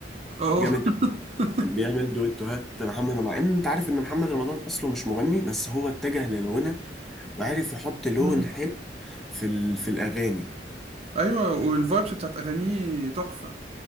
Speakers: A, on the right; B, in the centre.
A: أه
B: جامد
A: <laughs>
B: قوي كان بيعمل دويتوهات محمد رمضان مع ان انت عارف ان محمد رمضان اصله مش مغني بس هو اتجه للغنى وعرف يحط لون
A: مم.
B: حلو في ال... في الاغاني
A: أيوه والفايبس بتاعت أغانيه تحفة